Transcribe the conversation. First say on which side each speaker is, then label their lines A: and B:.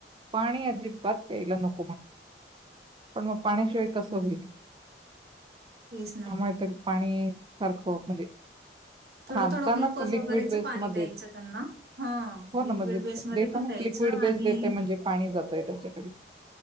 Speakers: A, on the right (about 25°); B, on the right (about 60°).
A: पाणी अजिबात प्यायला नको म्हणत पण मग पाण्याशिवाय कसं
B: हम्म
A: होईल?
B: तेच ना
A: त्यामुळे तरी पाणी सारखं म्हणजे
B: थोडं
A: खातानाच
B: थोडं ग्लुकोज
A: लिक्विड
B: वगैरेच
A: बेसमध्येच
B: पाणी द्यायचं त्यांना हा
A: हो ना
B: लिक्विड
A: म्हणजे
B: बेसमध्ये
A: देतानाच
B: पण द्यायचं
A: लिक्विड बेस
B: आणि
A: देते म्हणजे पाणी जातंय त्याच्याकडे